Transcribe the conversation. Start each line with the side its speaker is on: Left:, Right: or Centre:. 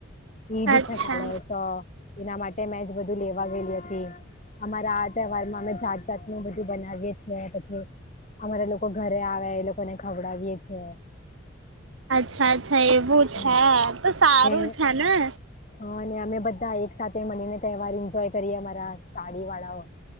Left: ઈદ
Right: અચ્છા
Left: છે કાલે તો. એના માટે મેં જ બધું લેવા ગયેલી હતી અમારા આ તહેવારમાં અમે. ચટનુંું બધું બનાવીએ છે પછી. લોકો ઘરે આવે એ લોકોને ખવડાવીયે છે.
Right: અચ્છા અચ્છા એવું છે
Left: હમ
Right: તો સારું
Left: ને
Right: છે ને.
Left: હા અને અમે બધા એક સાથે મળીને તહેવાર એન્જોય કરીએ અમારા ચાડી વાળાઓ.